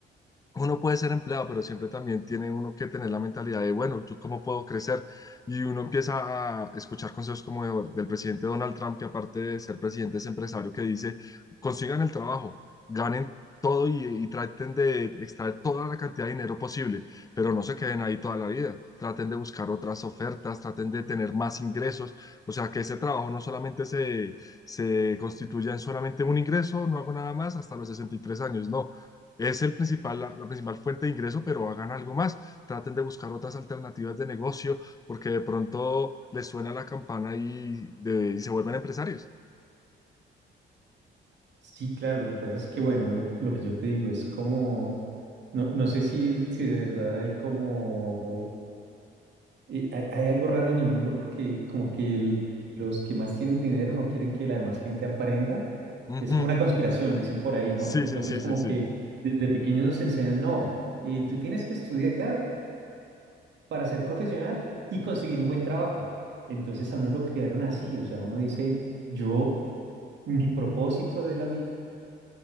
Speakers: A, on the left; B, on the right.
A: uno puede ser empleado, pero siempre también tiene uno que tener la mentalidad de, bueno, ¿yo cómo puedo crecer? Y uno empieza a escuchar consejos como de- del presidente Donald Trump, que aparte de ser presidente es empresario, que dice, consigan el trabajo, ganen todo y, y traten de extraer toda la cantidad de dinero posible, pero no se queden ahí toda la vida. Traten de buscar otras ofertas, traten de tener más ingresos. O sea, que ese trabajo no solamente se, se constituya en solamente un ingreso, no hago nada más hasta los 63 años, no es el principal, la, la principal fuente de ingreso, pero hagan algo más. Traten de buscar otras alternativas de negocio porque de pronto les suena la campana y, de- y se vuelven empresarios.
B: Sí, claro, lo que pasa es que, bueno, lo, lo que yo te digo es como, no, no sé si, si de verdad hay como, eh, hay, hay algo raro en el mundo porque como que el- los que más tienen dinero no quieren que la demás gente aprenda.
A: Ujú.
B: Es como una conspiración, dicen por ahí, ¿no?
A: Sí,
B: Entonces
A: sí, sí,
B: como
A: sí, sí.
B: que desde pequeños nos enseñan, no, eh, tú tienes que estudiar para ser profesional y conseguir un buen trabajo. Entonces a uno lo criaron así, o sea, uno dice, yo mi propósito de la vida,